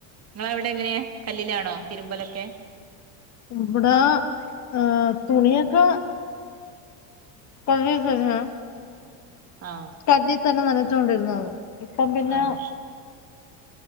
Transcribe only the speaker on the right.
നിങ്ങള അവിടെ എങ്ങനെയാ കല്ലിലാണോ തിരുമ്പലൊക്കെ
ആ
ആഹ്